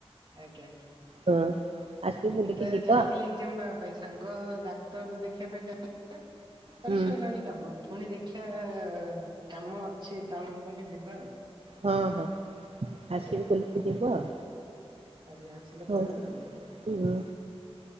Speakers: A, on the right; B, on the right.
A: ଆଜ୍ଞା।
B: ହଁ। ଆସିକି ବୁଲିକି
A: ସେଟା
B: ଯିବ
A: ଯାଇଥିଲେ ଏଜଣ ପାଇଁ ସାଙ୍ଗ ଡାକ୍ତର ଦେଖିବା ପାଇଁ ଯାଉ। ତାର
B: ହୁଁ
A: ସରଲାଣି କାମ ପୁଣି ଦେଖିବା କାମ ଅଛି ଟାଉନ ପୁଣି ଯିବା ଆଉ।
B: ହଁ ହଁ। ଆସିକି
A: ଆଜ୍ଞା
B: ବୁଲିକି ଯିବ ଆଉ।
A: ଆଜି ଆସିଲେ
B: ହଉ
A: କହିବୁ ଆଉ।
B: ହୁଁ